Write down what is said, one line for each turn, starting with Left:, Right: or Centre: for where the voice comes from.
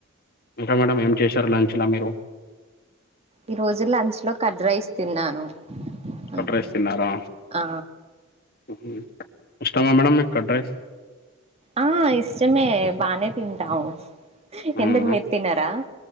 Left: ఇంకా మేడం ఏం చేశారు లంచ్లా మీరు
Right: ఈ రోజు లంచ్ లో కడ్ రైస్ తిన్నాను
Left: కర్డ్
Right: అంతే
Left: రైస్ తిన్నారా
Right: ఆ
Left: హు హమ్ ఇష్టమా మేడమ్ మీకు కర్డ్ రైస్
Right: ఆ ఇష్టమే బానే తింటాము
Left: ఉమ్,
Right: ఎందుకు మీరు తిన్నారా